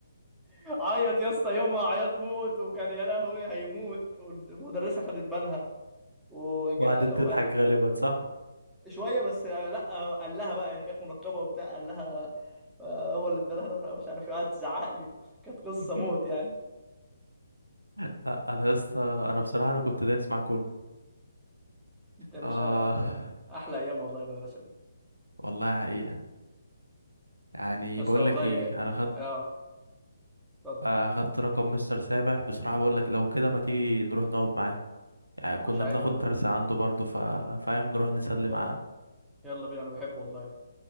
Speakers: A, in the centre; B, on the right.
A: <laughs> عيط يا اسطى يومها عيط موت وكان يا لهوي هيموت والمدرسة خدت بالها وقال
B: وقعدت تضحك غالبا صح
A: شويه بس آه، لا هو قال لها بقى يعني كانت منقبه وبتاع قال لها آه، هو اللي ادالها الورقه مش عارف ايه قعدت تزعق لي كانت قصه
B: <laughs>
A: موت يعني
B: لا انا يا اسطى انا بصراحه انا كنت دايس مع كله
A: انت يا باشا
B: اه
A: احلى ايام والله المدرسه دي
B: والله حقيقه يعني
A: بس
B: بقول
A: والله
B: لك ايه انا خدت
A: اه اتفضل
B: اخدت رقم مستر سامح بصراحة بقول لك لو كده ما تيجي نروح نقعد معاه يعني كنا
A: يا باشا عادي
B: بناخد
A: يلا
B: درس
A: بينا
B: عنده برضه ف- فاهم نروح نسلم
A: يلا
B: معاه
A: يلا بينا انا بحبه والله يلا